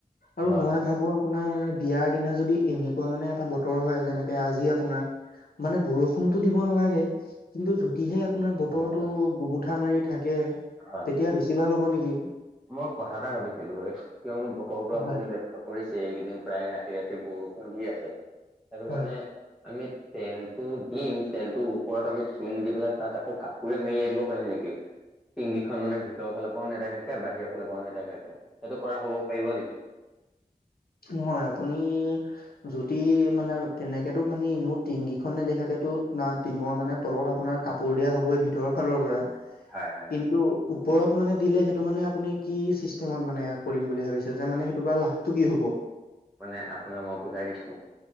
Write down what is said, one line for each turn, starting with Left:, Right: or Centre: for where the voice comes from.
Left: আৰু
Centre: হয় হয়
Left: মই ভাবো আপোনাৰ বিয়াৰ দিনা যদি এনেকুৱা মানে এটা বতৰ হয় যেনেকে আজি আপোনাৰ মানে বৰষুণটো দিব নালাগে কিন্তু যদিহে আপোনাৰ বতৰটো
Centre: হয়
Left: গোমুঠা মাৰি থাকে
Centre: হয়
Left: তেতিয়া বেছি ভাল হ'ব নেকি
Centre: মই কথা এটা ভাবিছিলো এ কিয়নো বতৰটো আপুনি
Left: হয়
Centre: লক্ষ্য কৰিছে এইকেইদিন প্ৰায় ৰাতি ৰাতি বৰষুণ দি আছে সেইটো
Left: হয়
Centre: কাৰণে আমি টেনটো দিম টেনটো ওপৰত আমি টিং দি পেলাই তাত আকৌ কাপোৰে মেৰিয়াই দিব পাৰিম নেকি? টিংগিখন মানে ভিতৰ ফালৰ পৰাও নেদেখাকে বাহিৰৰ ফালৰ পৰাও নেদেখাকে সেইটো কৰা হব পৰিব নেকি?
Left: নহয় আপুনি যদি মানে তেনেকেতো মানে ইনেও টিঙগিখন নেদেখাকেতো না টিঙৰ মানে তলত আপোনাৰ কাপোৰ দিয়া হ'বই ভিতৰৰ ফালৰ পৰা
Centre: হয় হয়
Left: কিন্তু ওপৰত মানে দিলে সেইটো মানে আপুনি কি চিষ্টেমত মানে কৰিম বুলি ভাবিছে যে মানে সেইটো বা লাভটো কি হ'ব?
Centre: মানে আপোনাৰ মই বুজাই দিছো